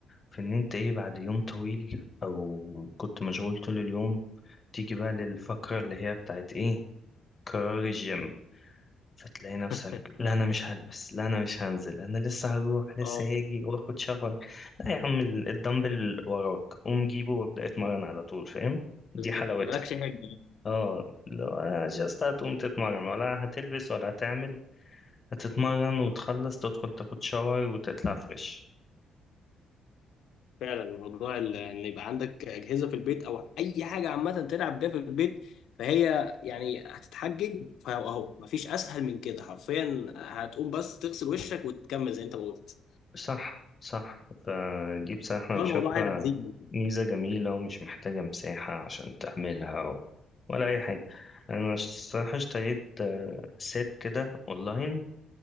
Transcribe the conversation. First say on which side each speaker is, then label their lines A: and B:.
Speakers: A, on the left; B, on the left.
A: في ان انت ايه بعد يوم طويل او كنت مشغول طول اليوم تيجي بقى للفقرة اللي هي بتاعت ايه قرار الجيم فتلاقي نفسك
B: <laughs>
A: لا انا مش هلبس لا انا مش هنزل انا لسه هروح لسه
B: اه
A: هاجي واخد شاور لا يا عم ال- الدمبل وراك قوم جيبه وابدأ اتمرن على طول فاهم دي
B: بالظبط
A: حلاوتها
B: مالكش حاجة
A: اه لو جاست هتقوم تتمرن ولا هتلبس ولا هتعمل هتتمرن وتخلص تدخل تاخد شاور وتطلع فريش
B: فعلا موضوع ال- ان يبقى عندك اجهزه في البيت او اي حاجه عامه تلعب بيها في البيت فهي يعني هتتحجج فاهو اهو مفيش اسهل من كده حرفيا هتقوم بس تغسل وشك وتكمل زي انت ما قلت
A: صح صح فدي بصراحة
B: والله
A: أنا بشوفها
B: الموضوع عايز عزيمه
A: ميزة جميلة ومش محتاجة مساحة عشان تعملها و... ولا أي حاجة أنا الصراحة اشتريت آه، سيت كده أونلاين